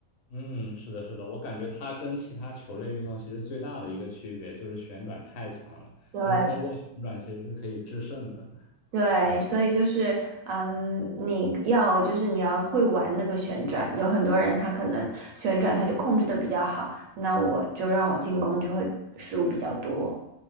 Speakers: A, on the left; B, on the right.
A: 嗯，是的，是的，我感觉它跟其他球类运动其实最大的一个区别就是旋转太强了，
B: 对
A: 就是通过旋转其实是可以制胜的。
B: 对，所以就是，嗯，你要就是你要会玩那个旋转，有很多人他可能旋转他就控制的比较好，那我就让我进攻就会失误比较多。